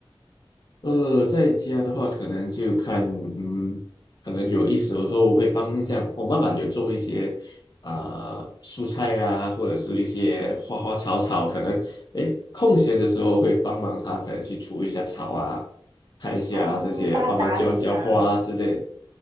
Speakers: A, on the left (about 50°); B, on the right (about 50°).
A: 呃，在家的话，可能就看，嗯，可能有一时候会帮一下我妈妈，有做一些啊、蔬菜啊，或者是一些花花草草，可能诶空闲的时候会帮忙她，可能去除一下草啊，看一下这些，
B: 哦，帮他打理吗？
A: 帮忙浇浇花啊之类。